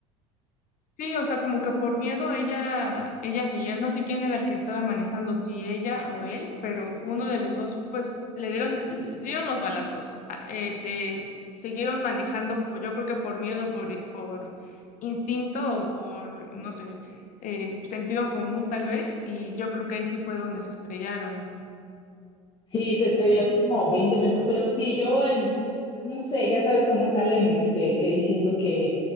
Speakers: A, on the left; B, on the left.
A: Sí, o sea, como que por miedo ella, ella seguía, no sé quién era el que estaba manejando, si ella o él, pero uno de los dos, pues le dieron, le dieron los balazos, a- eh, se siguieron manejando, pues, yo creo que por miedo, por, por instinto o por, no sé, eh, sentido común tal vez, y yo creo que ahí sí fue donde se estrellaron.
B: Sí, se estrelló
A: eh.
B: así como 20 metros, pero sí, yo en, pues no sé, ya sabes cómo salen, este, que diciendo que,